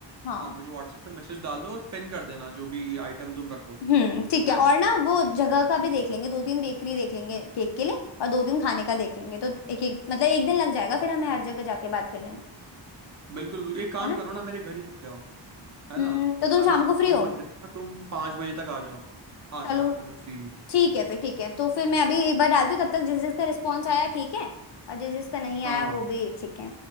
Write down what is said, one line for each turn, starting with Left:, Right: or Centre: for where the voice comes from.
Left: हाँ
Right: हाँ, मुझे व्हाट्सएप पे मैसेज डाल दो और पिन कर देना जो भी आइटम तुम रखो,
Left: हम्म ठीक
Right: है
Left: है
Right: ना?
Left: और ना वो जगह का भी देख लेंगे दो तीन बेकरी देख लेंगे केक के लिए और दो तीन खाने का देख लेंगे तो एक एक मतलब एक दिन लग जाएगा फिर हमें हर जगह जाके बात करने में
Right: बिल्कुल, बिल्कुल, एक काम
Left: है ना
Right: करो ना मेरे घर ही आ जाओ, है
Left: हम्म
Right: ना?
Left: तो तुम
Right: अभी
Left: शाम
Right: के
Left: को फ्री
Right: 2
Left: हो
Right: बज रहे हैं ना, तुम 5 बजे तक आ जाओ। हाँ, शाम
Left: चलो
Right: को मैं फ्री हूँ।
Left: ठीक है फिर ठीक है तो फिर मैं अभी एक बार डालती हूँ तब तक जिस जिसका रिस्पॉन्स आया ठीक है और जिस जिसका नहीं आया
Right: हाँ, हाँ,
Left: वो भी ठीक है